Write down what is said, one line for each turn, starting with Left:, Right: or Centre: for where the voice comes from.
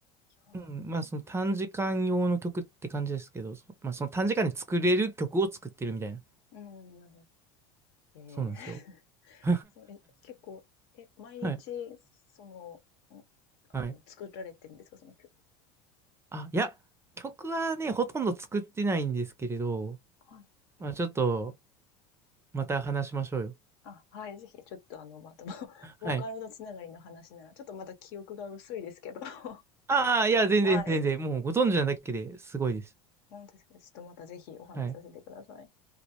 Left: いやー
Right: うん、まあその短時間用の曲って感じですけど、そまあその短時間で作れる曲を作ってるみたいな。
Left: うん、なるほど。えー
Right: そうなんですよ。
Left: <laughs>
Right: <laughs>
Left: そうえ、結構、え、毎日、
Right: はい、
Left: その、んあの、
Right: はい。
Left: 作られてるんですか、その曲って。
Right: あ、いや、曲はね、ほとんど作ってないんですけれど、
Left: はい。
Right: まあちょっと、
Left: うん
Right: また話しましょうよ。
Left: あ、はい、ぜひ、ちょっとあの、また、<laughs> ボーカルのつながりの話なら、
Right: はい。
Left: ちょっとまた記憶が薄いですけど、<laughs>
Right: ああ、いや、全然全然、
Left: はい。
Right: もうご存知なだけですごいです。
Left: 本当ですかちょっとまたぜひお話しさせてください。
Right: はい。